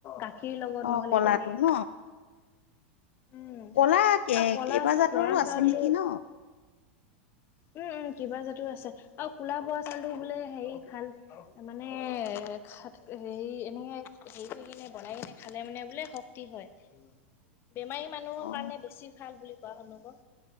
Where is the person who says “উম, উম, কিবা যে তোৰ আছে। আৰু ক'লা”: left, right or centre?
Left